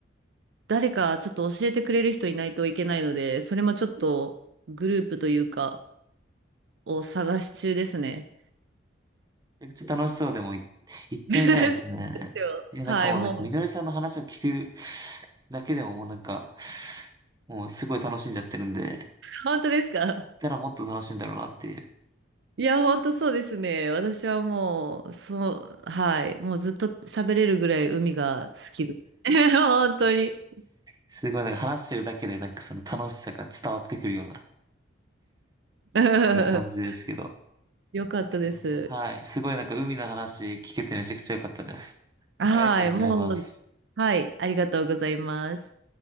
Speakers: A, on the right; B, on the right.
A: 誰かちょっと教えてくれる人いないといけないので、それもちょっとグループというか、を探し中ですね。
B: めっちゃ楽しそうでもい、行ってみたいですね。
A: <laughs> そうですよ。
B: いや、なんかもう、
A: はい、もう、
B: なんか、みのりさんの話を聞くだけでももうなんか、もうすごい楽しんじゃってるんで、行っ
A: 本当ですか
B: たらもっと楽しいんだろうなっていう。
A: いや、本当そうですね。私はもう、そう、はい。もうずっと喋れるぐらい海が好きです。<laughs> 本当に。
B: すごいなんか話してるだけでなんかその楽しさが伝わってくるような、
A: <laughs>
B: すごい感じですけど。
A: よかったです。
B: いやでも、はい。すごいなんか海の話聞けてめちゃくちゃ良かったです。
A: はい。
B: ありがとうございます。
A: もう、はい。ありがとうございます。